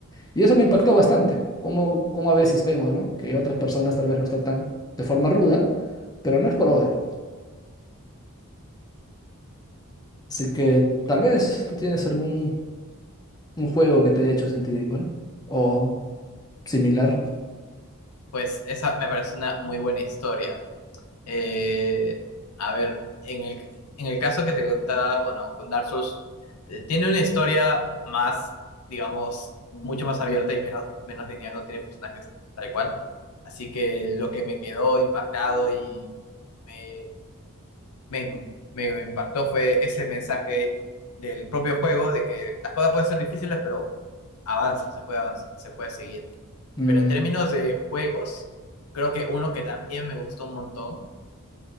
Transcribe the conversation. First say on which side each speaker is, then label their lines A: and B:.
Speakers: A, on the left (about 15°); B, on the left (about 85°).
A: Y eso me impactó bastante, como, como a veces vemos, ¿no? Que otras personas tal vez nos tratan de forma ruda, pero no es por odio. Así que tal vez tú tienes algún un juego que te haya hecho sentido igual o similar.
B: pues esa me parece una muy buena historia. Eh, a ver, en el, en el caso que te contaba, bueno, con Dark Souls, eh, tiene una historia más, digamos, mucho más abierta y menos, menos lineal, no tiene personajes tal cual. Así que lo que me quedó impactado y me, me, me impactó fue ese mensaje del propio juego de que las cosas pueden ser difíciles, pero avanza, se puede avanzar, se puede seguir.
A: Mm,
B: Pero en términos de juegos, creo que uno que también me gustó un montón